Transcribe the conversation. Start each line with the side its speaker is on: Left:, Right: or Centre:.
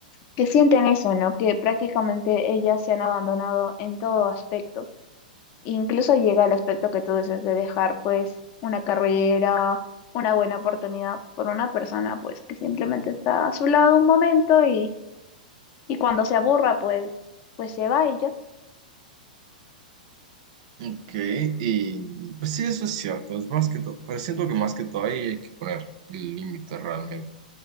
Left: que sienten eso, ¿no? Que prácticamente ellas se han abandonado en todo aspecto. Incluso llega al aspecto que tú dices de dejar, pues, una carrera, una buena oportunidad por una persona, pues, que simplemente está a su lado un momento y, y cuando se aburra, pues, pues se va y ya.
Right: Ok, y pues sí, eso es cierto, es más que todo, pero siento que más que todo ahí hay que poner límites realmente.